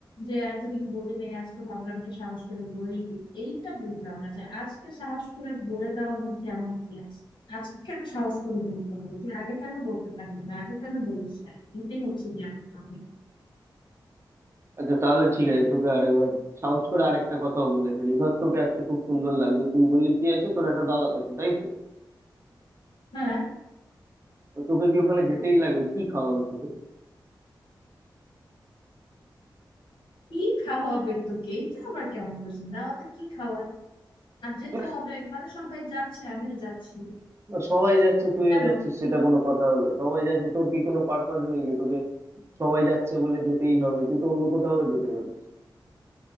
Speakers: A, on the left; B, on the right.
A: যে এতদিন বলি নাই আজকে ভাবলাম তো সাহস করে বলেই দিই এইটা বুঝলাম না যে আজকে সাহস করে বলে দেওয়ার মধ্যে এমন কি আছে আজকে কেন সাহস করে বলতে হবে তুই আগে কেন বলতে পারলি না আগে কেন বলিস না এটাই হচ্ছে গিয়ে আমার problem।
B: আচ্ছা তাহলে ঠিক আছে তোকে আরেকবার সাহস করে আরেকটা কথাও বলে ফেলি ধর তোকে আজকে খুব সুন্দর লাগছে তুই বললি কি আছে তোর একটা দাওয়াত আছে তাই তো
A: হ্যাঁ
B: তো তোকে কি ওখানে যেতেই লাগবে কি খাওয়াবে তোকে
A: কি খাওয়াবে তোকে এটা আবার কেমন প্রশ্ন দাওয়াতে কি খাওয়ায় আর যেতে
B: ব্যাস,
A: হবে মানে সবাই যাচ্ছে আমিও যাচ্ছি
B: সবাই যাচ্ছে তুইও
A: কেন
B: যাচ্ছিস সেটা কোনো কথা হলো সবাই যাচ্ছে তোর কি কোনো পারপাস নেই যে তোকে সবাই যাচ্ছে বলে যেতেই হবে তুই তো অন্য কোথাও যেতে পারিস